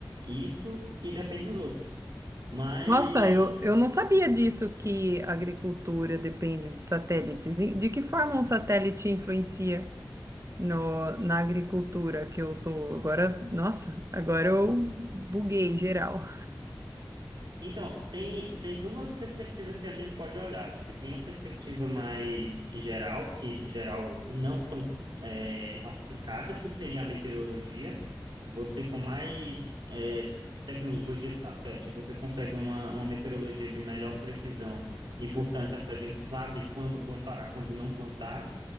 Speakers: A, on the right; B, on the right.
A: isso e depende dos outros. Mas
B: Nossa, eu, eu não sabia disso que a agricultura depende de satélites. E De que forma um satélite influencia no, na agricultura que eu tô agora? Nossa, agora eu buguei geral.
A: Então, tem, tem duas perspectivas que a gente pode olhar. Tem a perspectiva mais geral, que geral não tão é, aplicada, que seria a meteorologia. Você com mais é, tecnologia de satélite, você consegue uma, uma meteorologia de melhor precisão e, portanto, a gente sabe quando plantar, quando não plantar.